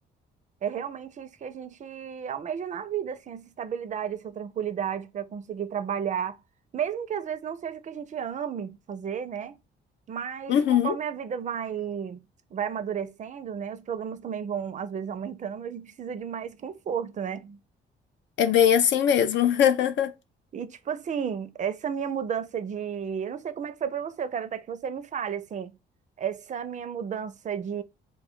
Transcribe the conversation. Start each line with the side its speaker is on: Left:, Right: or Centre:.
Right: é realmente isso que a gente almeja na vida, assim, essa estabilidade, essa tranquilidade para conseguir trabalhar, mesmo que às vezes não seja o que a gente ame fazer, né? Mas
Left: Uhum,
Right: conforme a vida vai vai amadurecendo, né? Os problemas também vão às vezes aumentando, a gente precisa de mais conforto, né?
Left: é bem assim mesmo. <laughs>
Right: E, tipo assim, essa minha mudança de. Eu não sei como é que foi pra você, eu quero até que você me fale, assim. Essa minha mudança de,